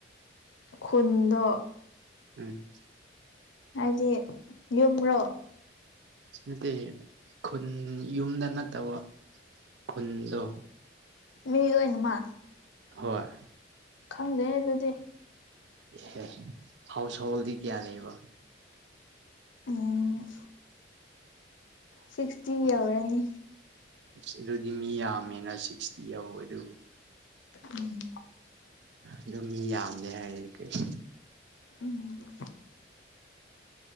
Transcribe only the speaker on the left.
ꯈꯨꯟꯗꯣ
ꯍꯥꯏꯗꯤ ꯌꯨꯝꯔꯣ
ꯃꯤ ꯂꯣꯏꯅꯃꯛ
ꯈꯪꯗꯦ ꯑꯗꯨꯗꯤ
ꯎꯝ ꯁꯤꯛꯁꯇꯤ ꯌꯧꯔꯅꯤ
ꯎꯝ
ꯎꯝ